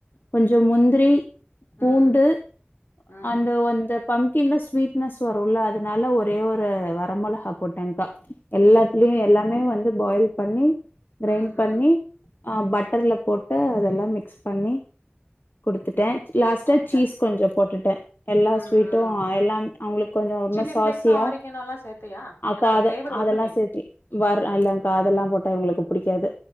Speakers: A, on the left; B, on the left.
A: கொஞ்சம் முந்திரி பூண்டு
B: ம். ம்.
A: அந்த வந்த பம்கின்ல ஸ்வீட்னஸ் வரும்ல அதனால ஒரே ஒரு வர மெளகா போட்டேங்கா எல்லாத்துலயும் எல்லாமே வந்து பாயில் பண்ணி கிரைண்
B: ம்.
A: பண்ணி
B: ம்.
A: பட்டர்ல போட்டு அதெல்லாம் மிக்ஸ் பண்ணி குடுத்துட்டேன் லாஸ்ட்டா
B: ஓகே.
A: சீஸ் கொஞ்சம் போட்டுட்டேன் எல்லா
B: ம்.
A: ஸ்வீட்டும்
B: ம்.
A: எல்லாம் அவங்களுக்கு கொஞ்சம் ஒருமாரி
B: சில்லி
A: சாசியா
B: ஃப்ளேக்ஸ், ஆரிகேனோலாம் சேர்த்தியா?
A: அக்கா
B: ஏன்னா அந்த
A: அத
B: ஃப்ளேவர் வரணுமே!
A: அதெல்லாம் சேத்தி வர இல்ல அதெல்லாம் போட்ட இங்களுக்கு பிடிக்காது